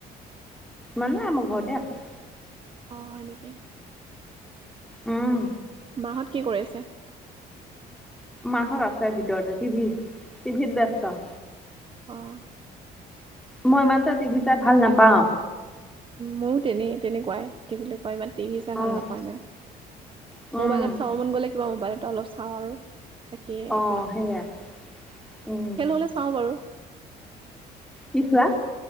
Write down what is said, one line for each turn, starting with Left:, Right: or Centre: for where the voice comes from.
Centre: মানে মই ঘৰতে আছো।
Right: অ হয় নেকি?
Centre: উম।
Right: মাহত কি কৰি আছে?
Centre: মাহত আছে ভিতৰতে টিভি টিভিত ব্যস্ত।
Right: অঁ।
Centre: মই, ইমান এটা টিভি চাই ভাল নাপাও।
Right: মইয়ো তেনে তেনেকুৱাই কি বুলি কয় ইমান টিভি চাই
Centre: অ',
Right: ভাল নাপাওঁ ইমান।
Centre: উম,
Right: মোবাইলত চাব মন গ'লে, কিবা মোবাইলত অলপ চাওঁ আৰু। তাকে
Centre: অ',
Right: একো নাচাওঁ!
Centre: সেয়া উম,
Right: খেল হলে চাওঁ বাৰু।
Centre: কি চোৱা?